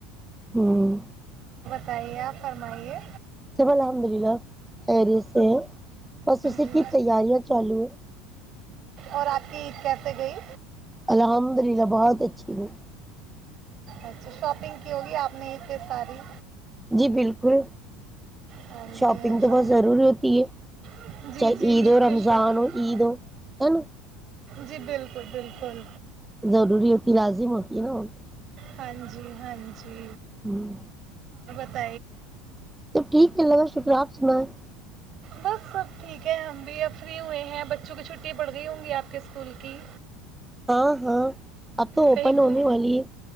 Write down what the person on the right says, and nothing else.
جیا فمائیے
جی
اور آتیید کیسے گئی
اچھا شاپنگ کی ہوگی آپ نے یہ ساری
ہاں
جی ہاں
جی جی
جی
پہ
شاپنگ
جی بالکل بالکل
ہاں جی جی ہاں جی
ت
بس سب ٹھیک ہے ہم فری ہوئے ہیں بچوں کی چھٹی پڑھ رہی ہوں گی آپ کے اسکول کی
کہیں گ